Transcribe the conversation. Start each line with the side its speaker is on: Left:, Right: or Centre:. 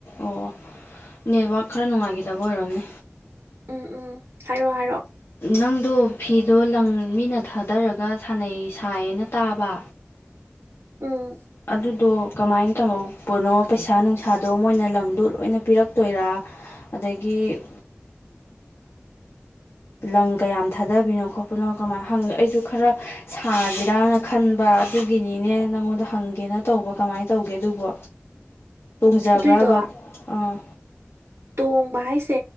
Left: ꯑꯣ ꯅꯦꯠꯋꯥꯛꯛ ꯈꯔ ꯅꯨꯡꯉꯥꯏꯈꯤꯗꯕ ꯑꯣꯏꯔꯝꯅꯤ
Right: ꯎꯝ ꯎꯝ ꯍꯥꯏꯔꯛꯑꯣ ꯍꯥꯏꯔꯛꯑꯣ
Left: ꯅꯪꯗꯣ ꯐꯤꯗꯣ ꯂꯪ ꯃꯤꯅ ꯊꯥꯗꯔꯒ ꯁꯥꯥꯟꯅꯩ ꯁꯥꯏꯌꯦꯅ ꯇꯥꯕ
Right: ꯎꯝ
Left: ꯑꯗꯨꯗꯣ ꯀꯃꯥꯏꯅ ꯇꯧꯍꯧꯕꯅꯣ ꯄꯩꯁꯥ ꯅꯨꯡꯁꯥꯗꯣ ꯃꯣꯏꯅ ꯂꯪꯗꯣ ꯂꯣꯏꯅ ꯄꯤꯔꯛꯇꯣꯏꯔꯥ ꯑꯗꯒꯤ ꯂꯪ ꯀꯌꯥꯝ ꯊꯥꯗꯕꯤꯅꯣ ꯈꯣꯠꯄꯅꯣ ꯀꯃꯥꯏꯅ ꯍꯪꯒꯦ ꯑꯩꯁꯨ ꯈꯔ ꯁꯥꯁꯤꯔꯥꯅ ꯈꯟꯕ ꯑꯗꯨꯒꯤꯅꯤꯅꯦ ꯅꯪꯉꯣꯟꯗ ꯍꯪ ꯒꯦꯅ ꯇꯧꯕ ꯀꯃꯥꯏꯅ ꯇꯧꯒꯦ ꯑꯗꯨꯕꯣ ꯇꯣꯡꯖꯕ꯭ꯔꯕ
Right: ꯑꯗꯨꯏꯗꯣ
Left: ꯑꯥ
Right: ꯇꯣꯡꯕ ꯍꯥꯏꯁꯦ